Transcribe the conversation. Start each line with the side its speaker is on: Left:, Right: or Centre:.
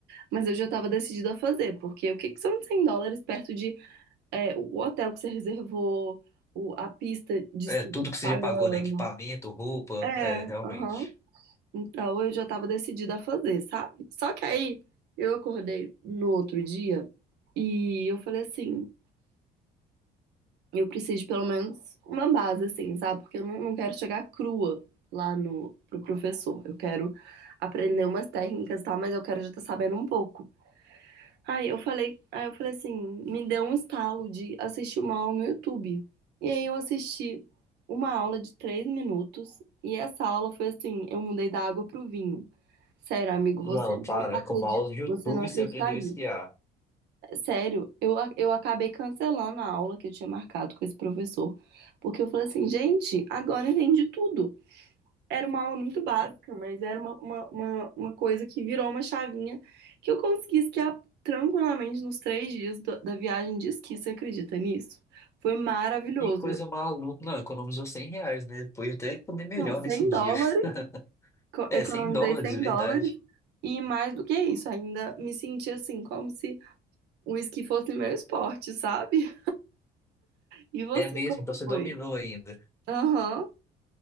Right: mas eu já estava decidida a fazer, porque o que, que são 100 dólares perto de é, o hotel que você reservou, o, a pista de
Left: É,
Right: esqui
Left: tudo
Right: que você tá
Left: que você
Right: pagando?
Left: já pagou, né? Equipamento, roupa,
Right: É,
Left: é, realmente.
Right: aham. Então eu já estava decidida a fazer, sabe? Só que aí eu acordei no outro dia e eu falei assim, eu preciso de pelo menos uma base, assim, sabe? Porque eu não, não quero chegar crua lá no pro professor. Eu quero aprender umas técnicas, e tal, Mas eu quero já estar sabendo um pouco. Aí eu falei, aí eu falei assim, me deu um estalo de assistir uma aula no YouTube. E aí eu assisti uma aula de três minutos e essa aula foi assim, eu mudei da água pro vinho. Sério, amigo,
Left: Não,
Right: você não
Left: claro,
Right: acredita,
Left: é com o mouse do YouTube
Right: você não acreditaria.
Left: você aprendeu a esquiar.
Right: Sério, eu, a- eu acabei cancelando a aula que eu tinha marcado com esse professor, porque eu falei assim, gente, agora eu entendi tudo. Era uma aula muito básica, mas era uma, uma, uma, uma coisa que virou uma chavinha que eu consegui esquiar tranquilamente nos três dias da, da viagem de esqui. Você acredita nisso? Foi maravilhoso.
Left: Que coisa maluca. Não, economizou 100 reais, né? Pode até comer melhor
Right: Não, 100
Left: nesse dia.
Right: dólares,
Left: <laughs>
Right: co-
Left: É,
Right: economizei
Left: 100 dólares,
Right: 100
Left: verdade.
Right: dólares. E mais do que isso, ainda me senti assim, como se o esqui fosse meu esporte, sabe? E você,
Left: É mesmo,
Right: como
Left: então você
Right: foi?
Left: dominou ainda.
Right: Aham.